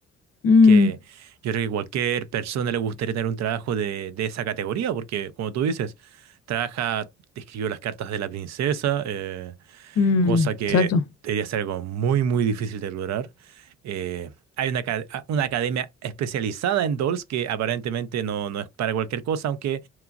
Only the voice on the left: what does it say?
Mm,
mm,
exacto.